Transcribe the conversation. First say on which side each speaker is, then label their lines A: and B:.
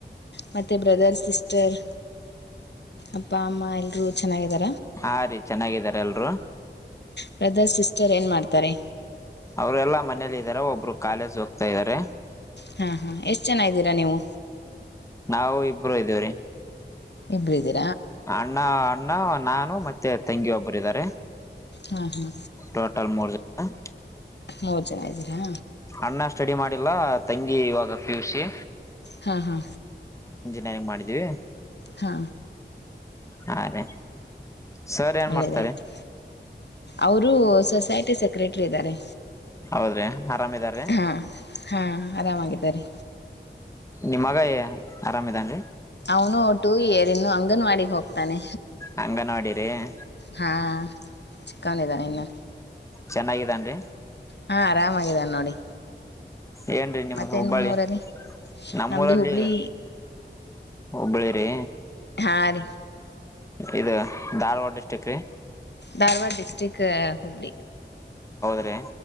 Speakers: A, on the left (about 65°); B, on the left (about 15°).
A: ಮತ್ತೆ ಬ್ರದರ್ ಸಿಸ್ಟರ್ ಅಪ್ಪ ಅಮ್ಮ ಎಲ್ರರು ಚೆನ್ನಾಗಿದ್ದಾ
B: ಹಾ ರೀ ಚೆನ್ನಾಗಿದಾರೆ ಎಲ್ರು <unintelligible>
A: ಬ್ರದರ್ ಸಿಸ್ಟರ್ ಏನ್ ಮಾಡ್ತಾರೆ
B: ಅವ್ರ ಎಲ್ಲಾ ಮನೇಲಿ ಇದಾರ ಒಬ್ರು ಕಾಲೇಜ್ ಹೋಗ್ತಾ ಇದಾರೆ
A: ಹಾ ಹಾ ಎಷ್ಟ್ ಜನ ಇದಿರ ನೀವು
B: ನಾವು ಇಬ್ರು ಇದೇವಿ
A: ಇಬ್ರ್ ಇದಿ
B: ಅಣ್ಣ ಅಣ್ಣ ನಾ ಮತ್ತೆ ತಂಗಿ ಒಬ್ಬರು ಇದಾರೆ
A: ಹಾ ಹಾ
B: ಟೋಟಲ್ ಮುರ್ಜ ಹ <inaudible>
A: ಮೂರ್ ಜನ ಇದ್ದೀರಾ
B: ಅಣ್ಣ ಸ್ಟಡಿ ಮಾಡಿಲ್ಲ ತಂಗಿ ಇವಾಗ ಪಿಯುಸಿ.
A: ಹಾ ಹಾ
B: ನಗೆ ಮಾಡಿದೀವಿ
A: ಹಾ
B: ಹಾ ರೆ ಸರ್ ಏನ್
A: ಒಳ್ಳೆಯದಾಯ್ತು
B: ಮಾಡ್ತಾರೆ
A: ಅವರು ಸೊಸೈಟಿ ಸೆಕ್ರೆಟರಿ ಇದ್ದಾರೆ
B: ಹೌದ್ರಿ ಆರಾಮಿದಾರ್ರೀ
A: ಹಾ ಹಾ ಆರಾಮಾಗಿದ್ದಾರೆ
B: ನಿಮ್ಮಗ ಆರಾಮ್ದನ್ರಿ
A: ಅವನು ಟು ಇಯರ್ ಇ ನ್ನು ಅಂಗನವಾಡಿಗೆ ಹೋಗ್ತಾನೆ
B: ಹಂಗನವಾಡಿ ನೋಡಿ ಅ
A: ಹಾ ಚಿಕ್ಕ ನೀದ ನ್ನ
B: ಚೆನ್ನಾಗಿದೆ ರೀ
A: ಹಾ ಆರಾಮಾಗಿದ್ದಾನ ನೋಡಿ
B: ಏನ್ರರಿ ನಿಮ್ಮ್
A: ಮತ್ತೆ
B: ಳಹುಬ್ಬಳ್ಳಿ
A: ನಿಮ್ಮೂರಲ್ಲಿ
B: ನಮ್ಮೂರಲ್ಲಿ.
A: ನಮ್ಮದು ಹುಬ್ಳಿ
B: ಹುಬ್ಬಳಿ ರೀ
A: ಆಾರ.
B: ಇದು ಧಾರವಾಡ ಡಿಸ್ಟ್ರಿಕ್ ರೀ
A: ಧಾರವಾಡ ಡಿಸ್ಟ್ರಿಕ್ ಹುಬ್ಳ್
B: ರ